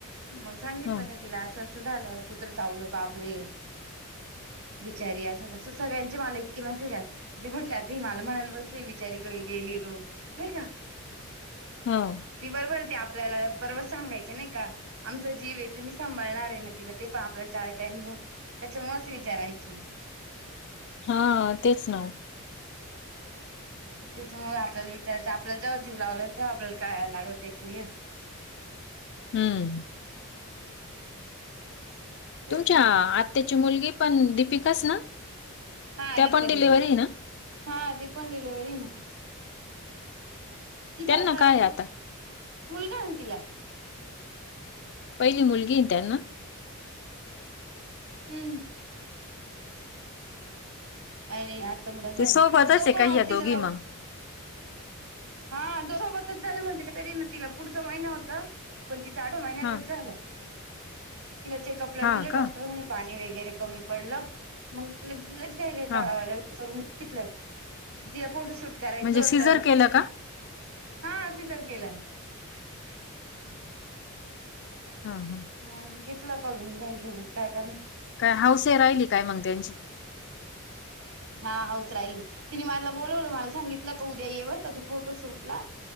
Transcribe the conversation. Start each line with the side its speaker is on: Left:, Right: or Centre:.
Right: मग सांगितलं
Left: हा
Right: का तिला असं असं झालं, कुत्र चावलं बाप रे. बिचारी असं कसं सगळ्यांचे मला इतके मेसेज आले. <unintelligible> म्हटलं आता ही मला म्हणायला बसली मी बेचारी घरी गेली <unintelligible> नाही का.
Left: हो.
Right: ती बरोबर ती आपल्याला बरोबर सांगायची. नाही का? आमचा जीव आहे तुम्ही सांभाळणार आहे ना तिला. ते पण आपला चार टाईम त्याच्यामुळंच विचारायची.
Left: हा तेच ना.
Right: त्याच्यामुळे आपल्याला विचारायचं आपल्याला, जेव्हा जीव लावला तेव आपल्याला कळायला लागल त्याच हे.
Left: हम्म.
Right: तेच
Left: तुमच्या...
Right: ना
Left: आत्याची मुलगी पन दिपिकाच ना
Right: हा
Left: त्या
Right: दीपिका
Left: पण डिलिव्हरी
Right: दीदी
Left: आहे ना
Right: हा ते पण डिलेव्हरी ना तिथे
Left: त्यांना
Right: तर
Left: काय
Right: ती
Left: आता
Right: मुलगा आहे न तिला
Left: पहिली मुलगी आहे ना त्यांना?
Right: हम. अं.. नाही आत्ता मुला झाला,
Left: ते सोबतच
Right: तो
Left: आहे
Right: पण
Left: का
Right: आवतीचा
Left: या दोघी
Right: लवकर.
Left: मग
Right: हा दोघासोबतच झाले म्हणजे कायतरी म तिला पुढचा महिना होतो. पण तिचा आठ महिन्यातच
Left: हा
Right: झाला, तिला चेकअपला
Left: हा
Right: नेलं डॉक्टर
Left: का
Right: म्हणे पाणी वगैरे कमी पडलं, मग ते लयच लयच कळाय
Left: हा
Right: लागलं. सगळी इथलच. त्या पावटी शूट करायचं
Left: म्हणजे
Right: होतं.
Left: सिझर केलं का
Right: हा सिजर केलं. <inaudible>
Left: हा हा.
Right: मग घेतलं करून घाई घाईत मग काय करणार
Left: काय हौसे राहिली काय मग त्यांची.
Right: मां हाऊस राहिली. तिने मला बोलावलं मला सांगितलं का उद्या ये बरंका तू फोटो शूट ला